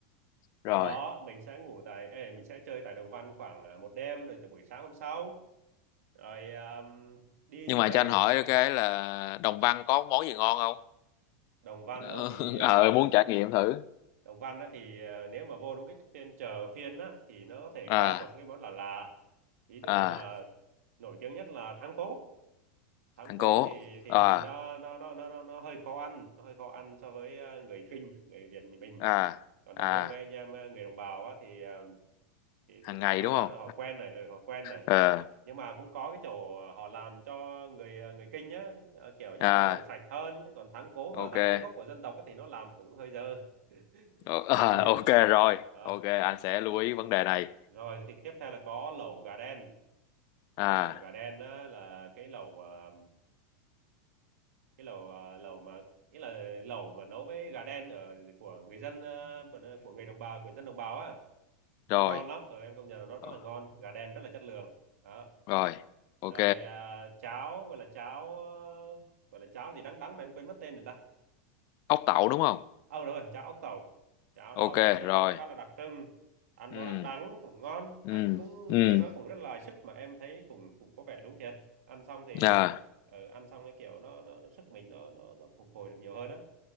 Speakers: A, on the left; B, on the right.
A: rồi
B: sau đó mình sẽ ngủ tại ê, mình sẽ chơi tại Đồng Văn khoảng à, một đêm rồi tại buổi sáng hôm sau rồi à, đi
A: nhưng
B: như
A: mà
B: vậy
A: cho anh hỏi
B: Đấy.
A: cái là Đồng Văn có món gì ngon không
B: Đồng Văn
A: <laughs>
B: á, thì à,
A: ờ muốn trải nghiệm thử
B: Đồng Văn á, thì à, nếu mà vô đúng cái phiên chợ phiên á, thì nó có thể
A: à
B: có một số cái món là lạ lạ. ví dụ
A: à
B: như là nổi tiếng nhất là thắng cố thắng
A: thằng
B: cố
A: cố
B: thì thì
A: à
B: thì nó nó nó nó nó nó hơi khó ăn nó hơi khó ăn so với à, người Kinh người Việt như mình
A: à
B: còn
A: à
B: đối với mấy anh em à, người đồng bào á, thì à, thì
A: hàng
B: thì thì
A: ngày
B: nó
A: đúng không
B: họ quen này, ừ, họ quen này.
A: ờ
B: nhưng mà cũng có cái chỗ ờ, họ làm cho người ờ, người Kinh nhá ờ, kiểu như
A: à
B: là nó cũng sạch hơn còn thắng cố
A: ok
B: mà thắng cố gốc của dân tộc á thì nó làm cũng hơi dơ
A: Ờ,
B: nó
A: <laughs>
B: mùi
A: à, ok rồi
B: đó,
A: ok anh sẽ
B: đó.
A: lưu ý vấn đề này
B: rồi thì tiếp theo là có lẩu gà đen
A: à
B: lẩu gà đen á, là cái lẩu ờ, cái lẩu ờ, lẩu mà nghĩa là lẩu mà nấu với gà đen ở của người dân ờ, của người đồng bào của dân đồng bào á
A: rồi
B: nó ngon lắm ừ, em công nhận là nó rất
A: Ờ,
B: là ngon gà đen rất là chất lượng đó
A: rồi ok
B: rồi à, cháo gọi là cháo ờ, gọi là cháo gì đắng đắng mà em quên mất tên rồi ta
A: ốc tẩu đúng không
B: ờ đúng rồi cháo ốc tẩu cháo
A: ok
B: đó thì nó
A: rồi
B: cũng khá là đặc trưng ăn
A: ừ
B: nó đắng đắng cũng ngon ăn
A: ừ
B: cũng
A: ừ
B: nghe nói cũng rất là sức mà em thấy cũng cũng có vẻ đúng thiệt ăn xong thì
A: à
B: ờ, ăn xong cái kiểu nó, nó nó sức mình nó nó nó phục hồi được nhiều hơn đó